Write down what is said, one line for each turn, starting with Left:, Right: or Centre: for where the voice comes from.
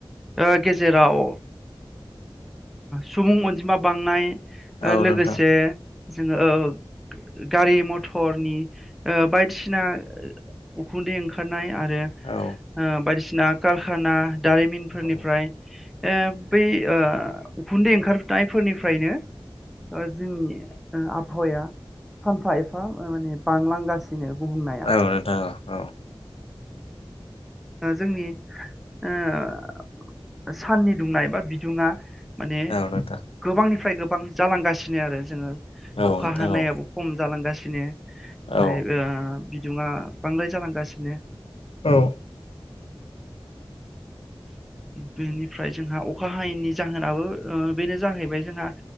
Centre: ओ गेजेराव ओ सुबुं अनजिमा बांनाय
Left: औ
Centre: लोगोसे
Left: नोंथां
Centre: जोङो ओ गारि मथरनि बायदिसिना उखुन्दै ओंखारनाय आरो रो
Left: औ
Centre: बायदिसिना कारखाना दारिमिनफोरनिफ्राय
Left: औ
Centre: <unintelligible> बै ओ उखुन्दै ओंखारनायफोरनिफ्रायनो ओ जोंनि आबहावाया सानफा एफा माने बांलांगासिनो गुबुंनाया
Left: औ नोंथां औ औ
Centre: ओ जोंनि ओ साननि दुंनाय बा बिदुङा माने
Left: औ नोंथां
Centre: गोबांनिफ्राय गोबां जालांगासिनो आरो जोङो
Left: औ
Centre: अखा
Left: नोंथां
Centre: हानायाबो
Left: औ
Centre: खम जालांगासिनो ओमफ्राय
Left: औ
Centre: ओ बिदुुंङा बांद्राय जालांगासिनो
Left: औ
Centre: बेनिफ्राय जोंहा अ अखा हायिनि जाहोनाबो ओ बेनो जाहैबाय जोंहा